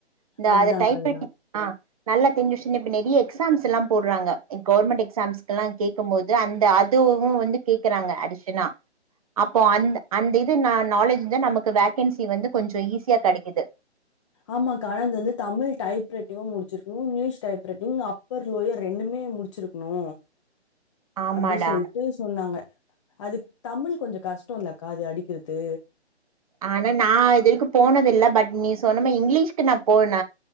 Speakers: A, on the right; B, on the left.
A: இந்த
B: அதுதான்க்கா
A: அத டைப்
B: அதுதான்.
A: ரைட்டிங் ஆ நல்லா தெரிஞ்சு வச்சுன்னா இப்ப நெறைய எக்ஸாம்சில்ல போடுறாங்க கவர்மென்ட் எக்ஸாம்ஸ்கெல்லா கேட்கபோது அந்த அதுவு வந்து கேட்குறாக அடிஸ்சனா அப்போ அந்த அந்த இது ந நாலேஜ்ந்தா நமக்கு வேக்கன்சி வந்து கொஞ்ச ஈஸியா கிடைக்குது
B: ஆமாக்கா ஆனா இந்தவந்து தமிழ் டைப் ரைட்டிங்கு முடிச்சிருக்குணு English type writing upper lower ரெண்டுமே முடிச்சிருக்குணு
A: ஆமாடா
B: அப்புடி சொல்லிட்டு சொன்னாங்க அதுக் தமிழ் கொஞ்ச கஷ்டோல்லக்கா அது அடிக்கிறது து
A: ஆனா நா இதுவரைக்கு போனது இல்லே பட் நீ சொன்னமாரி இங்கிலீஷ்க்கு நா போன